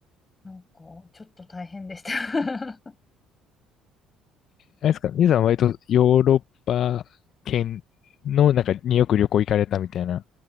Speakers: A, on the left; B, on the left.
A: なんかちょっと大変でした <laughs>
B: あれですか、兄さんは割とヨーロッパ圏の中によく旅行行かれたみたいな